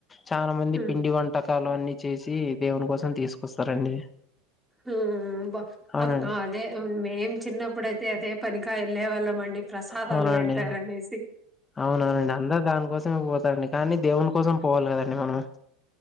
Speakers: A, on the left; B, in the centre.
A: చాలా మంది
B: ఉమ్
A: పిండి వంటకాలు అన్ని చేసి దేవుని కోసం తీసుకొస్తారండి
B: ఉమ్ బా
A: అవునండి
B: అదే మేం చిన్నప్పుడుయితే అదే పనికాయ వెళ్ళే వాళ్ళం అండి ప్రసాదాలు
A: అవునా
B: పెడతారనేసి
A: అండి అవునవును అండి అందరు దానికోసమే పో తారండి కానీ దేవుని కోసం పోవాలి కదండి మనం